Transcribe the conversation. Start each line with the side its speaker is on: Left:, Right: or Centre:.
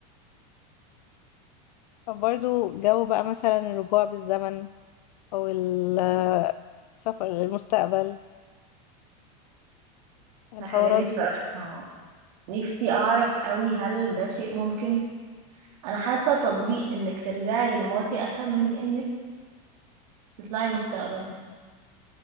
Left: طب برضو جو بقى مثلا الرجوع بالزمن او ال- السفر للمستقبل
Right: <laughs>
Left: الحوارات
Right: الحاجات دي بصراحة
Left: دي
Right: نفسي اعرف قوي هل ده شيء ممكن انا حاسة تطبيق انك ترجعي للماضي اسهل من انك تطلعي المستقبل